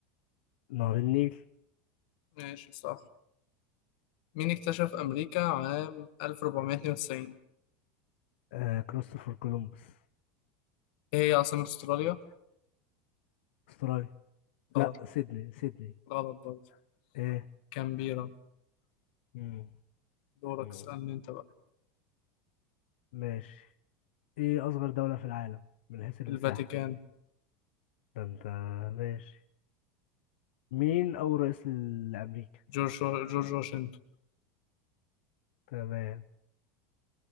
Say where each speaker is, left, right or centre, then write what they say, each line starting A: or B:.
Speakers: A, on the left; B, on the left.
A: نهر النيل
B: ماشي صح مين اكتشف أمريكا عام 1492
A: آه كريستوفر كولومبس
B: إيه هي عاصمة أستراليا؟
A: استراليا لا
B: غلط
A: سيدني سيدني
B: غلط برضه
A: ايه
B: كامبيرا
A: مم.
B: دورك
A: مم.
B: اسألني أنت بقى
A: ماشي ايه أصغر دولة في العالم من حيث المساحة
B: الفاتيكان
A: ده انت ماشي مين أول رئيس لأمريكا
B: جورج جورج واشنطن
A: تمام